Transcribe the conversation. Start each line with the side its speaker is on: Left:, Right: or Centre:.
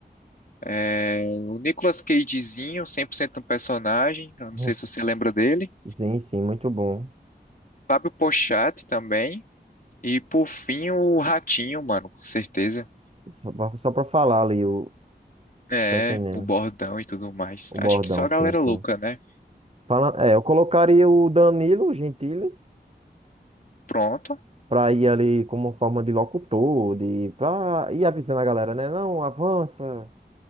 Left: É, o Nicolas Cagezinho, 100% um personagem. Eu não
Right: Hum.
Left: sei se você lembra dele.
Right: Sim, sim, muito bom.
Left: Fábio Pochatti também. E por fim, o ratinho, mano, com certeza.
Right: Só pra, só pra falar ali, o,
Left: É,
Right: tá entendendo?
Left: o bordão e tudo mais.
Right: O
Left: Acho
Right: bordão,
Left: que só
Right: sim,
Left: a galera
Right: sim.
Left: louca, né?
Right: Fala- é, eu colocaria o Danilo Gentili
Left: Pronto.
Right: pra ir ali como forma de locutor, de, pra ir avisando a galera, né? Não, avança.